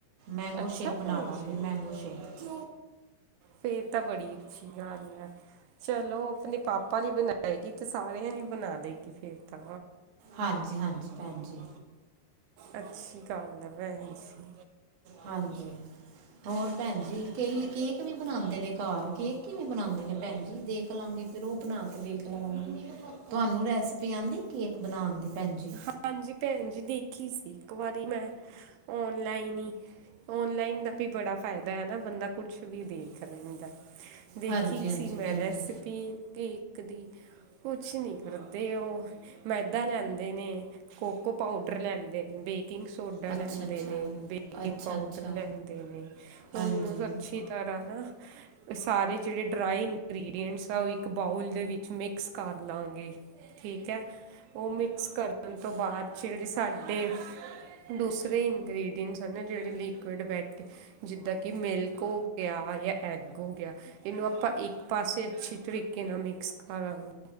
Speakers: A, on the right; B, on the right.
A: ਮੈਂਗੋ
B: ਅੱਛਾ
A: ਸ਼ੇਕ ਬਣਾ
B: ਭੈਣ
A: ਲਾਂਗੀ
B: ਜੀ
A: ਮੈਂਗੋ ਸ਼ੇਕ
B: ਫੇਰ ਤਾਂ ਬੜੀ ਅੱਛੀ ਗੱਲ ਹੈ। ਚਲੋ ਆਪਣੇ ਪਾਪਾ ਲਈ ਬਣਾਏਗੀ ਤੇ ਸਾਰਿਆਂ ਲਈ ਬਣਾ ਦੇਗੀ ਫੇਰ ਤਾਂ
A: ਹਾਂਜੀ ਹਾਂਜੀ ਭੈਣ ਜੀ
B: ਅੱਛੀ ਗੱਲਐ <unintelligible> ਸੀ
A: ਹਾਂਜੀ ਹੋਰ ਭੈਣ ਜੀ ਕਈ ਕੇਕ ਵੀ ਬਣਾਉਂਦੇ ਨੇ ਘਰ ਕੇਕ ਕਿਵੇਂ ਬਣਾਉਂਦੇ ਨੇ ਭੈਣ ਜੀ ਦੇਖ ਖ ਲਾਂਗੇ ਫਿਰ ਉਹ ਬਣਾ ਕੇ ਦੇਖ ਲਵਾਂਗੇ ਤੁਹਾਨੂੰ ਰੈਸਪੀ ਆਂਦੀ ਕੇਕ ਬਣਾਉਣ ਦੀ ਭੈਣ ਜੀ
B: ਹਾਂਜੀ ਭੈਣ ਜੀ ਦੇਖੀ ਸੀ ਇੱਕ ਵਾਰੀ ਮੈਂ ਓਨਲਾਈਨ ਹੀ ਔਨਲਾਈਨ ਦਾ ਵੀ ਬੜਾ ਫਾਇਦਾ ਹੈ, ਨਾ ਬੰਦਾ ਕੁਛ ਵੀ ਦੇਖ ਲੈਂਦਾ ਹੈ। ਦੇਖੀ
A: ਹਾਂਜੀ ਹਾਂਜੀ
B: ਸੀ ਮੈਂ
A: ਭੈਣ
B: ਰੈਸਿਪੀ।
A: ਜੀ
B: ਕੇਕ ਦੀ ਕੁਛ ਨਹੀਂ, ਕਰਦੇ ਉਹ ਮੈਦਾ ਲੈਂਦੇ। ਲੈਂਦੇ ਨੇ ਕੋਕੋ ਪਾਊਡਰ ਲੈਂਦੇ ਨੇ। ਇੱਕ ਸੋਡਾ
A: ਅੱਛਾ
B: ਲੈਂਦੇ
A: ਅੱਛਾ
B: ਨੇ ਬੇਕਿੰਗ
A: ਅੱਛਾ
B: ਪਾਊਡਰ
A: ਅੱਛਾ
B: ਲੈਂਦੇ ਨੇ ਉਹਨੂੰ
A: ਹਾਂਜੀ
B: ਸੱਚ। ਚੰਗੀ ਤਰ੍ਹਾਂ ਨਾ। ਸਾਰੇ ਜਿਹੜੇ ਡਰਾਈ ਇੰਗਰੀਡੀਅਟਸ ਆ ਉਹ ਇੱਕ ਬਾਊਲ ਦੇ ਵਿੱਚ ਮਿਕਸ ਕਰ ਲਾਂਗੇ। ਠੀਕ ਹੈ ਉਹ ਮਿਕਸ ਕਰਨ ਤੋਂ ਬਾਅਦ ਜਿਹੜੇ ਸਾਡੇ। ਦੂਸਰੇ ਇੰਗ੍ਰਡੀਅਟਸ ਜਿਹੜੇ ਲਿਕੁਡ ਜਿੱਦਾਂ ਕਿ ਮਿਲਕ ਹੋ ਗਿਆ ਜਾਂ ਐਗ ਹੋ ਗਿਆ ਇਹਨੂੰ ਆਪਾਂ। ਇੱਕ ਪਾਸੇ ਅੱਛੀ ਤਰੀਕੇ ਨਾਲ ਮਿਕਸ ਕਰਾਂਗੇ।